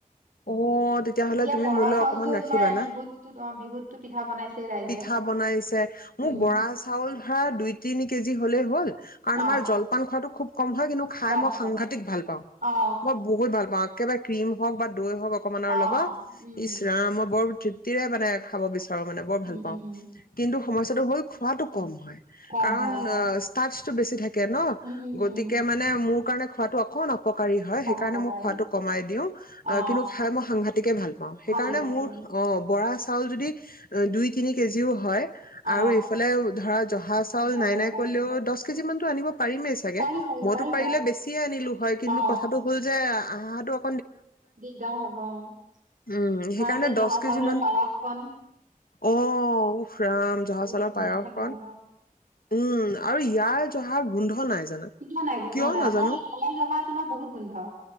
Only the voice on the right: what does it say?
এতিয়া
বৰা
চাউলতো
তোমাৰ এই‌
বিহুত টোত অ' বিহুতটো পিঠা বনাইছে। ৰাইজে
উম
অ
কম
কম
অ
অ
উম
উম
উম
উম উম।
কম
হয় অ
উম উম
উম
অ
উপকাৰী
অ
লাগে ভাল
লাগে
অ
জহা
চাউল
পাৰি পাৰি
পাৰিব
অ
দিগদাৰ হ'ব তোমাৰ
সেই
জহা
চাউলৰ
পায়স কন
ধুনীয়া
লাগে আৰু
গোন্ধ নাই গোন্ধ
নাই
আমাৰ এলাই জহাৰ তোমাৰ বহুত গোন্ধ।